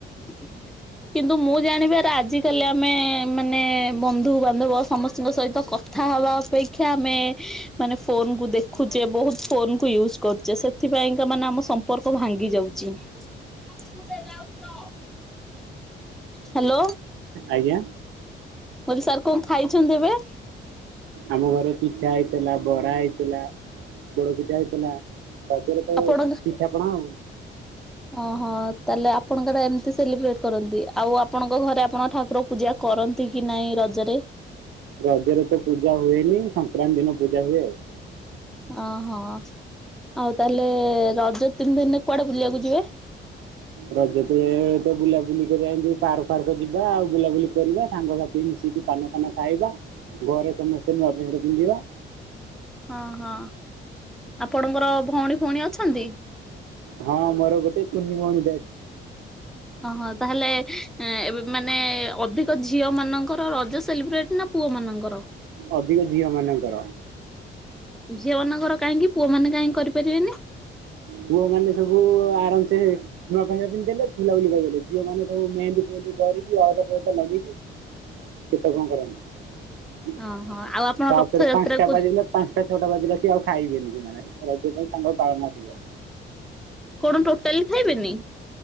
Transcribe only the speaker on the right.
ଆଜ୍ଞା।
ଆମ ଘରେ ପିଠା ହେଇଥିଲା ବରା ହେଇଥିଲା ପୋଡ ପିଠା ହେଇଥିଲା ରଜରେ ତ
ପିଠା ପଣା ଆଉ।
ରଜରେ ତ ପୂଜା ହୁଏନି। ସଂକ୍ରାନ୍ତି ଦିନ ପୂଜା ହୁଏ।
ରଜ ତ ତ ବୁଲାବୁଲି କରିବା ଏମତି ପାର୍କ ଫାର୍କ ଯିବା। ଆଉ ବୁଲାବୁଲି କରିବା ସାଙ୍ଗସାଥ ଥି ମିଶିକି ପାନ ଫାନ ଖାଇବା। ଘରେ ସମସ୍ତେ ନୂଆ <unintelligible> ପିନ୍ଧିବା।
ହଁ ମୋର ଗୋଟେ କୁନି ଭଉଣୀ ଟେ ଅଛି।
ଅଧିକ ଝିଅ ମାନଙ୍କର।
ପୁଅ ମାନେ ସବୁ ଆରାମ ସେ ନୂଆ ପେଣ୍ଟ ସାର୍ଟ ପିନ୍ଧି ଦେଲେ ବୁଲାବୁଲି କରିଦେଲେ। ଝିଅମାନେ ସବୁ ମେହେନ୍ଦି ଫେହେନ୍ଦି କରିକି, ଅଳତା ଫଳତା ଲଗେଇକି କେତେ କଣ କରନ୍ତି।
ତାପରେ
ପାନ୍ସଟା
ବାଜିଲେ ପାନ୍ସଟା ଛଅଟା ବାଜିଲେ ଆଉ ସିଏ ଆଉ ଖାଇବେନି ସେମାନେ। ରଜ ପାଇଁ ତାଙ୍କର ପାଳନ ଅଧିକ।